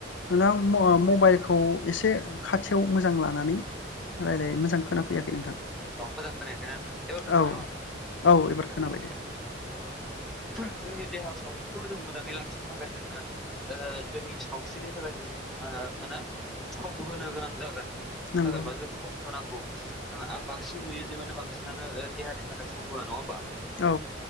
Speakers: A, on the left; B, in the centre.
A: नोंथां म आ मबाइलखौ एसे खाथियाव मोजां लानानै रायलाय मोजां खोनाफैयाखै नोंथां।
B: अ मोजां खोनायाखैना नोंथां एबार खोनाबाय
A: औ
B: नामा नोंथां?
A: औ एबार खोनाबाय दे।
B: अ औ जोंनि देहायाव सावस्रिखौ जों मोजाङै लाखिनो थाखाय जोङो ओ जोंनि सावस्रिनि थाखाय जों मा होने मानो सम होनो गोनां जागोन। मानो
A: नंगौ
B: थाखायबा जों सम होनांगौ। जों आं बांसिन नुयो जे माने बांसिनानो ओ देहानि थाखाय सम होआ नङा होनबा?
A: औ।